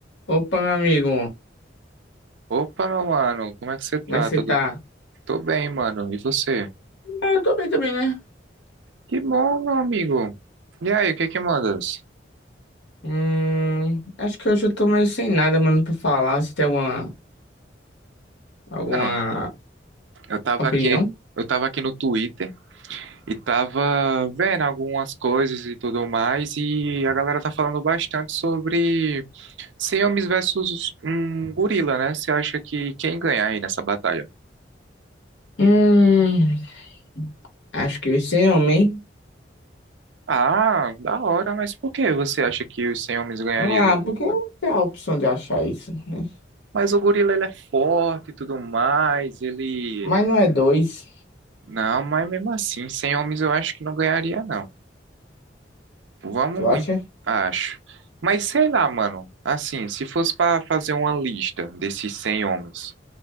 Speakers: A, on the left; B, on the right.
A: Opa, meu amigo,
B: Opa, meu mano, como é que você tá?
A: como é que você
B: Tudo...
A: tá?
B: Tô bem, mano. E você?
A: Ah, eu tô bem também, né?
B: Que bom, meu amigo. E aí, o que que mandas?
A: Hum, acho que hoje eu tô meio sem nada, mano, pra falar. Você tem alguma, alguma
B: Mano, eu tava
A: opinião?
B: aqui, eu tava aqui no Twitter e tava vendo algumas coisas e tudo mais, e a galera tá falando bastante sobre Siames versus um gorila, né? Você acha que quem ganha aí nessa batalha?
A: Hum, acho que hoje sem homem.
B: Ah, da hora, mas por que você acha que os 100 homens ganharia
A: Ah,
B: de um gorila?
A: porque não tem a opção de achar isso, né?
B: Mas o gorila ele é forte e tudo mais, ele
A: Mas não é dois,
B: Não, mas mesmo assim, sem homens eu acho que não ganharia, não. Vamos,
A: tu acha?
B: em- acho. Mas sei lá, mano. Assim, se fosse pra fazer uma lista desses 100 homens,